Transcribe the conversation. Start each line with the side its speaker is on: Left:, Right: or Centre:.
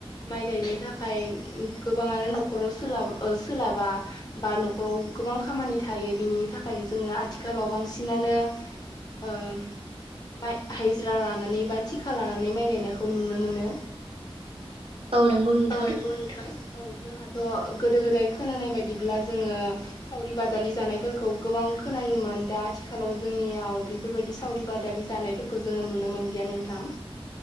Left: माइ गायनो थाखाय गोबाङानो न'खराव सोला सोलाबा। बा न'खराव गोबां खामानि थायो बिनि थाखायनो जोङो आथिखालाव बांसिनानो ओं माइ हजिरा लानानै बा थिखा लानानै माइ गायनायखौ नुनो मोनो।
Right: औ नंगौ नोंथां
Left: औ नंगौ नोंथां। औ जोंहाथ' गोदो गोदाय खोनानाय बायदिब्ला जोङो सावरि बादालि जानायफोरखौ गोबां खोनायोमोन दा आथिखालाव जोंनियाव बेफोरबायदि सावरि बादालि जानायफोरखौ जोङो नुनो मोनलिया नोंथां।